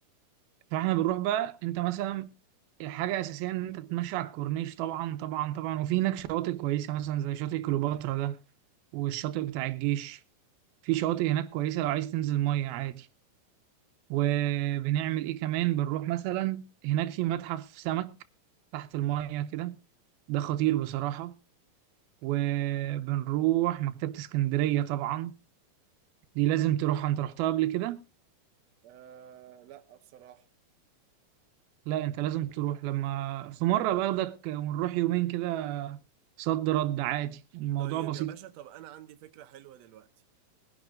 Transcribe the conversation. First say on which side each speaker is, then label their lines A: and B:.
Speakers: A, on the right; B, on the right.
A: فاحنا بنروح بقى أنت مثلا حاجة أساسية إن أنت تتمشى على الكورنيش طبعا طبعا طبعا وفي هناك شواطئ كويسة مثلا زي شاطئ كليوباترا ده والشاطئ بتاع الجيش في شواطئ هناك كويسة لو عايز تنزل مية عادي وبنعمل ايه كمان بنروح مثلا هناك في متحف سمك تحت المية كده ده خطير بصراحة وبنروح مكتبة اسكندرية طبعا دي لازم تروحها انت رحتها قبل كده
B: آه لا بصراحة
A: لا انت لازم تروح لما في مرة باخدك ونروح يومين كده صد رد عادي الموضوع
B: طيب
A: بسيط
B: يا باشا طب انا عندي فكرة حلوة دلوقتي